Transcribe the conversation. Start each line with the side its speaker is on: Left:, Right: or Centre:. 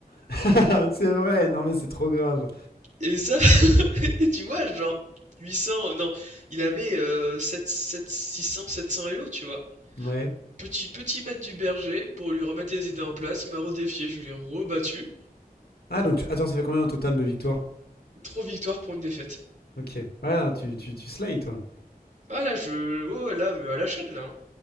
Left: <laughs> c'est vrai, non mais c'est trop grave.
Right: Et ça, <laughs> et tu vois, genre 800, non, il avait euh, 7, 7, 600, 700 Elo, tu vois.
Left: Ouais.
Right: Petit, petit mat du berger pour lui remettre les idées en place. Il m'a redéfié, je l'ai rebattu.
Left: Ah donc tu- attends, ça fait combien au total de victoires
Right: Trois victoires pour une défaite.
Left: Ok. Ouais, tu, tu, tu slides, toi.
Right: Ah là, je. Oh là, mais à la chaîne là. hein.